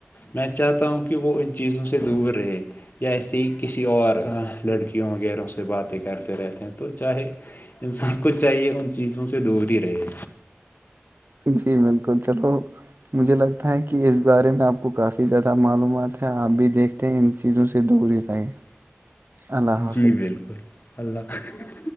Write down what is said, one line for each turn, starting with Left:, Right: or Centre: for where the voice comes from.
Left: میں چاہتا ہوں کہ وہ ان چیزوں سے دور رہے یا ایسے ہی کسی اور لڑکیوں وغیرہوں سے باتیں کرتے رہتے ہیں تو چاہے انسان کو چاہیے ان چیزوں سے دور ہی رہے
Right: جی بالکل چلو مجھے لگتا ہے کہ اس بارے میں آپ کو کافی زیادہ معلومات ہیں آپ بھی دیکھتے ہیں ان چیزوں سے دوری رہیں اللہ حافظ
Left: جی بالکل اللہ <inaudible>